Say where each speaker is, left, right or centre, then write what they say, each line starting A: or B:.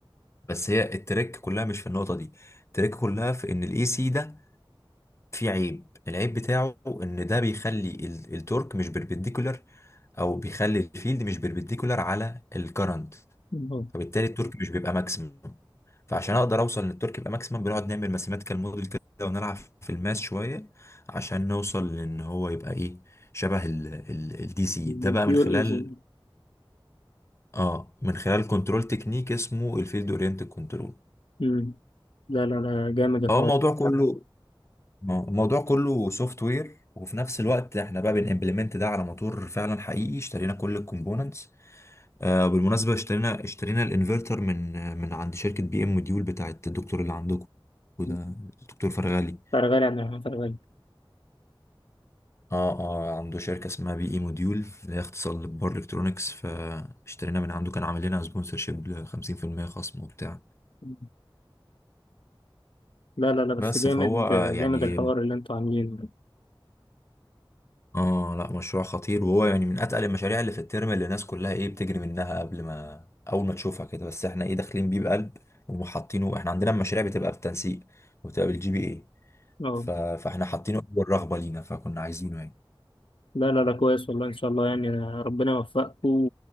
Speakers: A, on the left; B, on the left.
A: بس هي التريك كلها مش في النقطة دي التريك كلها في ان الاي سي ده فيه عيب العيب بتاعه ان ده بيخلي ال- التورك مش بربنديكولار او بيخلي الفيلد مش بربنديكولار على الكرنت
B: اه
A: فبالتالي التورك مش بيبقى ماكسيمم فعشان اقدر اوصل ان التورك يبقى ماكسيمم بنقعد نعمل ماثيماتيكال موديل كده ونلعب في الماس شويه عشان نوصل لان هو يبقى ايه شبه الدي سي ده
B: البيور
A: بقى من خلال
B: AC
A: اه من خلال كنترول تكنيك اسمه الفيلد اورينتد كنترول
B: امم لا لا لا جامد الحوار
A: هو الموضوع كله آه، الموضوع كله سوفت وير وفي نفس الوقت احنا بقى بنimplement ده على موتور فعلا حقيقي اشترينا كل الكومبوننتس آه بالمناسبة اشترينا اشترينا الانفرتر من آه، من عند شركة بي ام موديول بتاعت الدكتور اللي عندكم وده
B: مم.
A: الدكتور فرغالي
B: فرغالي عن فرغالي
A: اه اه عنده شركة اسمها بي اي موديول اللي هي اختصار لبار الكترونكس فاشترينا من عنده كان عامل لنا سبونسرشيب ل 50% خصم وبتاع
B: مم. لا لا لا بس
A: بس
B: جامد
A: فهو آه يعني
B: جامد الحوار اللي انتوا عاملينه ده.
A: اه لا مشروع خطير وهو يعني من اتقل المشاريع اللي في الترم اللي الناس كلها ايه بتجري منها قبل ما اول ما تشوفها كده بس احنا ايه داخلين بيه بقلب وحاطينه احنا عندنا المشاريع بتبقى بالتنسيق وبتبقى بالجي بي اي،
B: اه
A: ف... فاحنا حاطينه اول رغبه لينا فكنا عايزينه يعني
B: لا لا لا كويس والله ان شاء الله يعني ربنا يوفقكم